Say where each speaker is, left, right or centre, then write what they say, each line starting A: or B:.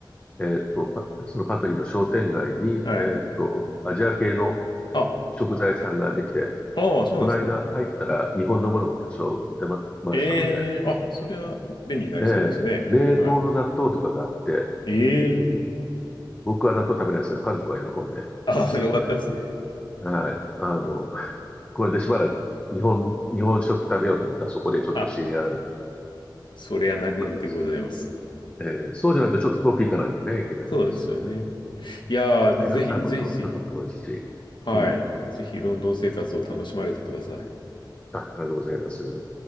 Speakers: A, on the left; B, on the left.
A: えーっと、パそのパトリーの商店街に、
B: え、はい。
A: えーっと、アジア系の
B: あ、
A: 食材屋さんができて、
B: ああ、そうなんですね。
A: この間入ったら日本のものも多少売ってま、ましたので、
B: ええ、あ、そりゃ便利になりそうですね。
A: ええ冷凍の納豆とかがあって、
B: はい。ええ、
A: 僕は納豆食べないですけど、家族は喜んでましたので、
B: あ、よかったですね。
A: はい。あの、これでしばらく日本、日本食食べようと思ったらそこでちょっと仕入れられるかなと
B: あ、それは何よりでございます。
A: 思います。ええそうじゃないとちょっと遠く行かないとね、いけないんですけどね。
B: そうですよね。いやー、
A: それったらもと、
B: ぜひ、ぜひぜひ、
A: ちょっと遠いし。
B: はい。
A: うん。
B: ぜひ、ロンドン生活を楽しまれてください。
A: あ、ありがとうございます。